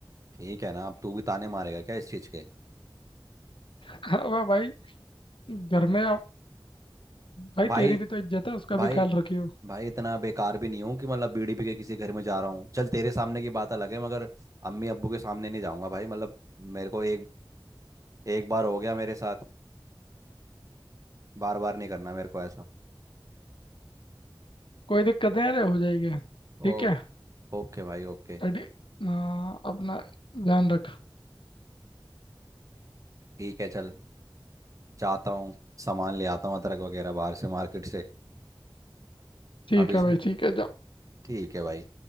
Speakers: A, on the right; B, on the left.
A: ठीक है ना अब तू भी ताने मारेगा क्या इस चीज़ के
B: <laughs> वाह भाई घर में आप भाई
A: भाई
B: तेरी भी तो इज्जत है उसका
A: भाई
B: भी ख्याल रखियो
A: भाई इतना बेकार भी नहीं हूँ कि मतलब बीड़ी पी के किसी घर में जा रहा हूँ चल तेरे सामने की बात अलग है मगर अम्मी अब्बू के सामने नहीं जाऊंगा भाई मतलब मेरे को एक एक बार हो गया मेरे साथ बार बार नहीं करना मेरे को ऐसा
B: कोई दिक्कत नहीं अरे हो जाएगी ठीक
A: ओ
B: है
A: ओके भाई ओके
B: अरे हाँ, अपना ध्यान रख
A: ठीक है चल जाता हूँ सामान ले आता हूँ अदरक वगैरह बाहर से मार्केट से
B: ठीक
A: अभी
B: है
A: से
B: भाई ठीक है
A: ठीक है भाई